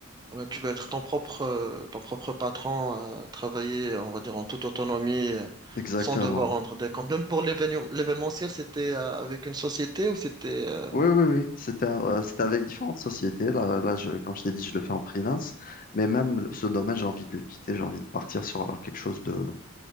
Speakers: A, on the right; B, on the left.
A: ah bah, tu vas être ton propre, euh, ton propre patron, euh, travailler, on va dire, en toute autonomie, euh,
B: Exactement.
A: sans devoir rendre des comptes. Même pour l'événement, l'événementiel, c'était euh, avec une société ou c'était... euh,
B: Oui, oui, oui. C'était, euh, c'était avec différentes sociétés. Là, là, je, comme je t'ai dit, je le fais en freelance. Mais même ce domaine, j'ai envie de le quitter. J'ai envie de partir sur quelque chose de,